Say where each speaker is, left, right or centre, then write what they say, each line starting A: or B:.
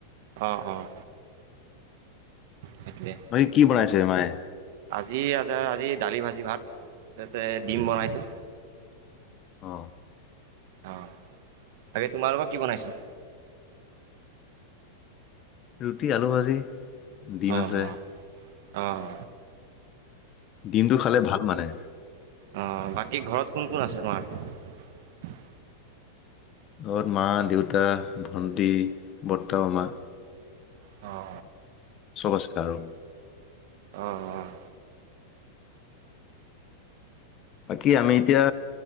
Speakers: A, on the right (about 50°); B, on the left (about 25°).
A: অঁ অঁ সেইটোৱে
B: বাকী কি বনাইছে মায়ে।
A: আ আজি দালি ভাজি ভাত তাতে ডিম বনাইছে।
B: অ
A: অ বাকী তোমালোকৰ কি বনাইছে?
B: ৰুটি আলু ভাজি। ডিম
A: আহ
B: আছে
A: আহ
B: দিনটো খালে ভাল মানে।
A: অ বাকী ঘৰত কোন কোন আছে তোমাৰ।
B: ঘৰত মা দেউতা ভণ্টী বৰ্তা মামা।
A: অ অ
B: চবস্কাৰ।
A: অঁ অঁ
B: বাকী আমি এতিয়া